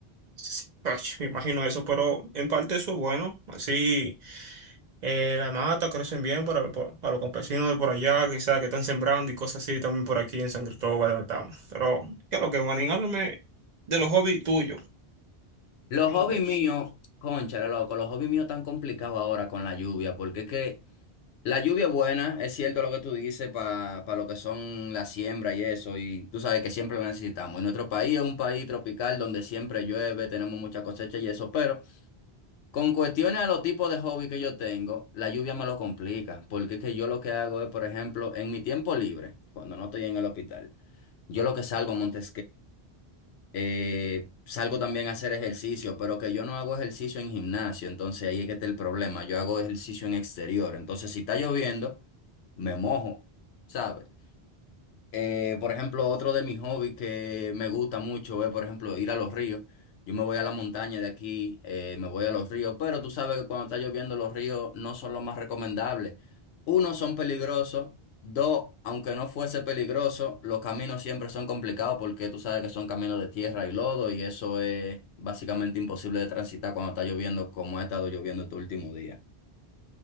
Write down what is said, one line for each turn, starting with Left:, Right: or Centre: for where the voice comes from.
Right: sí, ay, me imagino eso, pero en parte eso es bueno. Así. Eh, la mata crecen bien para, por- para los campesinos de por allá, quizás que están sembrando y cosas así también por aquí en San Cristóbal donde estamos. Pero, ¿qué es lo que, Manín? Háblame de los hobbies tuyos.
Left: Los
Right: Tengo
Left: hobbies
Right: muchos.
Left: míos, cónchale, loco, los hobbies míos tan complicados ahora con la lluvia, porque es que La lluvia es buena, es cierto lo que tú dices, para lo que son la siembra y eso, y tú sabes que siempre lo necesitamos. Y nuestro país es un país tropical donde siempre llueve, tenemos mucha cosecha y eso, pero con cuestiones a los tipos de hobby que yo tengo, la lluvia me lo complica, porque es que yo lo que hago es, por ejemplo, en mi tiempo libre, cuando no estoy en el hospital, yo lo que salgo a monte eh, salgo también a hacer ejercicio, pero que yo no hago ejercicio en gimnasio, entonces ahí es que está el problema. Yo hago ejercicio en exterior, entonces si está lloviendo, me mojo, ¿sabes? Eh, por ejemplo, otro de mis hobbies que me gusta mucho es, por ejemplo, ir a los ríos. Yo me voy a la montaña de aquí, eh, me voy a los ríos, pero tú sabes que cuando está lloviendo los ríos no son los más recomendables. Uno, son peligrosos. Dos, aunque no fuese peligroso, los caminos siempre son complicados porque tú sabes que son caminos de tierra y lodo y eso es básicamente imposible de transitar cuando está lloviendo como ha estado lloviendo este último día.